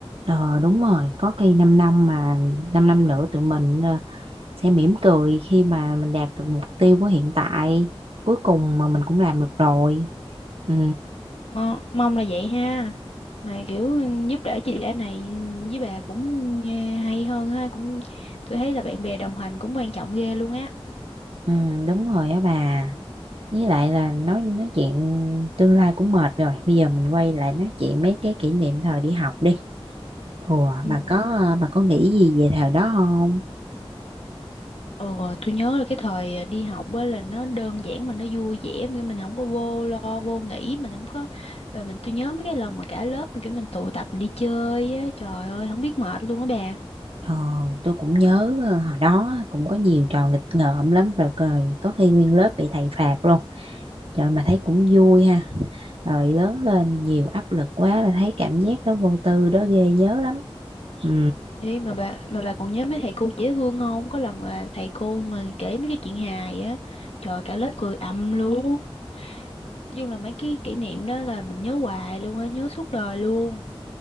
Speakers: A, on the right; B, on the left.
A: Ờ đúng rồi, có khi 5 năm mà 5 năm nữa tụi mình ờ, sẽ mỉm cười khi mà mình đạt được mục tiêu của hiện tại. Cuối cùng mà mình cũng làm được rồi. Ừ,
B: mong, mong là vậy ha mà kiểu giúp đỡ chị đã này mình với bà cũng eh, hay hơn ha cũng tôi thấy là bạn bè đồng hành cũng quan trọng ghê luôn á
A: ừ đúng rồi á bà. Với lại là nói nói chuyện tương lai cũng mệt rồi. Bây giờ mình quay lại nói chuyện mấy cái kỷ niệm thời đi học đi. Ủa,
B: ừ
A: bà có ờ, bà có nghĩ gì về thời đó không?
B: Ừ, tôi nhớ là cái thời à, đi học á là nó đơn giản mà nó vui vẻ kiểu mình không có vô lo vô nghĩ mình không có ờ, mình tôi nhớ mấy cái lần mà cả lớp kiểu mình tụ tập mình đi chơi á trời ơi không biết mệt luôn á bà
A: Ờ, tôi cũng nhớ ờ, hồi đó cũng có nhiều trò nghịch ngợm lắm rồi cười có khi nguyên lớp bị thầy phạt luôn trời mà thấy cũng vui ha rồi lớn lên nhiều áp lực quá là thấy cảm giác đó vô tư đó ghê nhớ lắm ừ
B: Ê, mà bà mà bà còn nhớ mấy thầy cô dễ thương không có lần là thầy cô mà kể mấy cái chuyện hài á trời cả lớp cười ầm luôn nói chung là mấy cái kỷ niệm đó là mình nhớ hoài luôn á nhớ suốt đời luôn